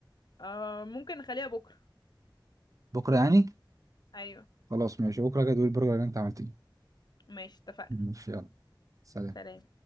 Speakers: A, on the left; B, on the right.
A: آه ممكن نخليها بكرة
B: بكره يعني
A: ايوه
B: خلاص ماشي بكره حاجه ادوق البرجر اللي انت عملتيه
A: ماشي اتفقنا
B: ماشي يلا سلام
A: سلام